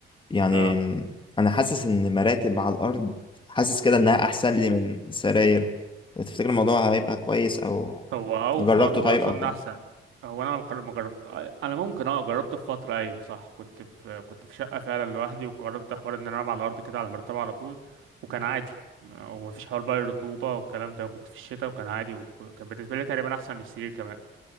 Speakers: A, on the left; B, on the right.
A: يعني
B: أه
A: م، انا حاسس ان مراتب على الارض حاسس كده انها احسن لي من سراير تفتكر الموضوع هيبقى كويس او
B: هو أوفر
A: جربته
B: وأظن
A: طيب او كده
B: أحسن هو أنا مقر- ما جرب أنا ممكن أه جربت في فترة أيوة صح كنت في كنت في شقة فعلا لوحدي وجربت حوار إن أنا أنام على الأرض كده على المرتبة على طول وكان عادي ومفيش حوار بقى الرطوبة والكلام ده وكنت في الشتاء وكان عادي وكان بالنسبة لي تقريبا أحسن من السرير كمان